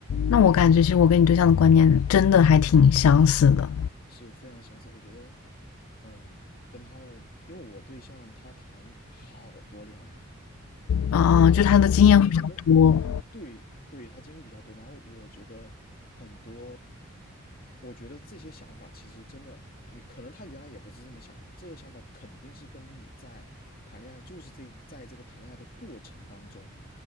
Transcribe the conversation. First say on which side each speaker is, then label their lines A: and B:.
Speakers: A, on the left; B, on the left.
A: 那我感觉其实我跟你对象的观念真的还挺相似的
B: 是非常相似。我觉得，嗯，跟他的，因为我对象他谈好多恋爱，
A: 啊、就他的经验会比较多。
B: 我我觉得对对，他经历比较多，然后我觉得很多，我觉得这些想法其实真的，你可能他原来也不是这么想的，这个想法肯定是跟你在谈恋爱，就是这在这个谈恋爱的过程当中